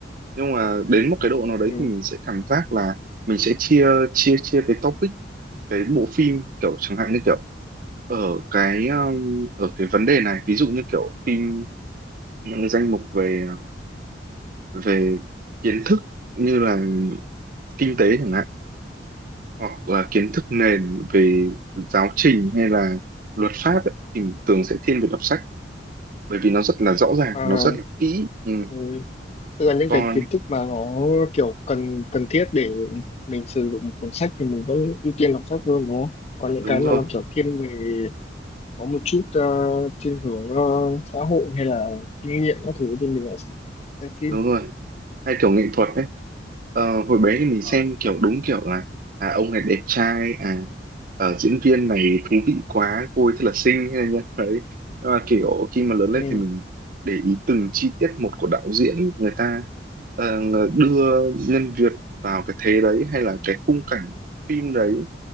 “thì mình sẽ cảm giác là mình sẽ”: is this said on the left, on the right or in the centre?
Right